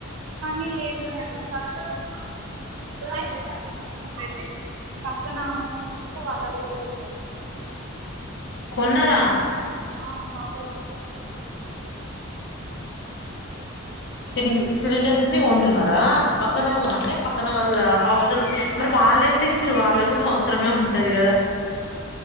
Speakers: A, on the right; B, on the left.
A: స్వామి ఏంద్ర మసారు మాకోసం <unintelligible> టూ తౌసండ్ పెట్టీ పక్కన హాస్టల్ అంటే, వాళ్ళ దగ్గరగా గుడ ఉండాలిగద?
B: కొన్నరా?
A: ఆ, మాకోసమే సెపరేట్గా కొన్నరు <unintelligible>
B: సిండి సిలిండర్స్ ని కొంటున్నరా? పక్కన వ అంటే పక్కన వాళ్ళ హాస్టల్, మరి వాళ్ళు ఎట్ల ఇచ్చిర్రు? వాళ్ళక్కూడ అవసరమే ఉంటది కదా?